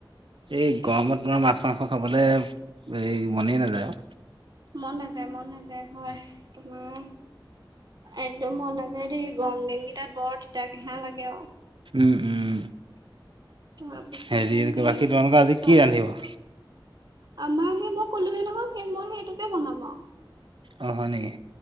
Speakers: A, on the right; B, on the right.
A: তাকেহে
B: এই গৰমত মানে মাছ মাংস খাবলে এই মনেই নেযায়ও।
A: মন নাযায় মন নাযায় হয় তোমাৰ একদম মন নাযায় দেই গৰম দিনকেইটা বৰ তিতা কেঁহা লাগে আৰু।
B: উম', উম'।
A: তাৰপিছতে
B: হেৰি
A: সেই
B: বাকী তোমালোকৰ আজি
A: কোৱা
B: কি ৰান্ধিব।
A: আমাৰ সেই মই কলোয়ে নহয় সেই মই সেইটোকে বনাম আৰু।
B: অ', হয় নেকি।